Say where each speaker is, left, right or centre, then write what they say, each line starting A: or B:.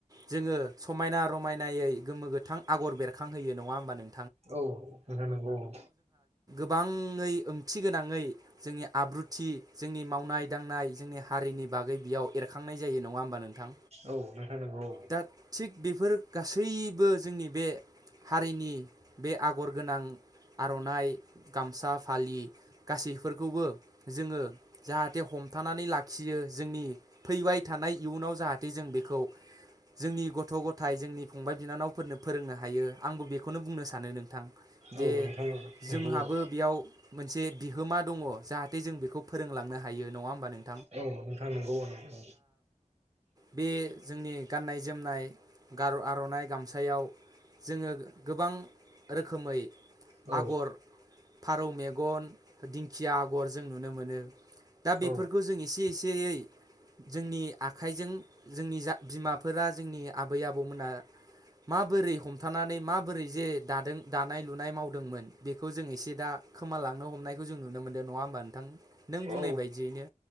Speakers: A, on the right; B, on the right.
A: जोङो समायना रमायनायै गोमो गोथां आगर बेरखांहोयो नङा होमबा नों
B: औ नोंथां नंगौ औ
A: गोबाङै ओंथि गोनां यै जोंनि आब्रुथि जोंनि मावनाय दांनाय जोंनि हारिनि बागै बेयाव एरखांनाय जायो नङा होमबा नोंथां
B: नोंथां नंगौ औ नोंथां नंगौ
A: दा थिग बेफोर गासैबो जोंनि बे हारिनि बे आगर गोनां आर'नाइ, गामसा, फालि गासैफोरखौबो जोङो जाहाथे हमथानानै लाखियो जोंनि फैबाय थानाय इयुनाव जाहाथे जों बेखौ जोंनि गथ' गथाय जोंनि फंबाय बिनानावफोरनो फोरोंनो हायो आंबो बेखौनो बुंनो सानो नोंथां। जे
B: औ नोंथां ओ नंगौ
A: जोंहाबो
B: ओ
A: बेयाव मोनसे बिहोमा दङ' जाहाथे जों बेखौ फोरोंलांनो हायो नङा होमबा नों
B: औ नोंथां नंगौ ओ नंगौ।
A: बे जोंनि गाननाय जोमनाय गार' आर' नाय गामसायाव जोङो गोबां रोखोमै
B: औ
A: आगर फारौ मेग गन दिंखिया आगर जों नुनो मोनो। दा बेफोरखौ
B: औ
A: जों एसे एसेयै जोंनि आखाइजों। जोंनि जा बिमा फोरा जोंनि आबै आबौमोना माबोरै हमथानानै माबोरै जे दादों दानाय लुनाय मावदोंमोन बेखौ जों एसे दा खोमालां नो हमनाय खौ जों नुनो मोनदों नङा होमबा नोंथां। नों बुंनाय
B: औ
A: बायदियैनो